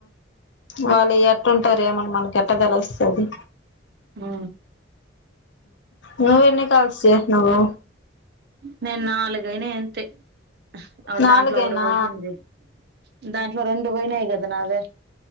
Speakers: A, on the left (about 70°); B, on the right (about 55°).
A: వాళ్ళు ఎ కుంటారు ఏమన్నా మనకి ఎట్ట తెలుస్తాది
B: ఆ
A: నువ్వు ఎన్ని కాల్స్ చేసినావు
B: నే నాలుగు నేను అంతే అ
A: నాలుగేనా
B: దాంట్లో ఒకటి పోయింది దాంట్లో రెండు పోయినాయి కదా నాదే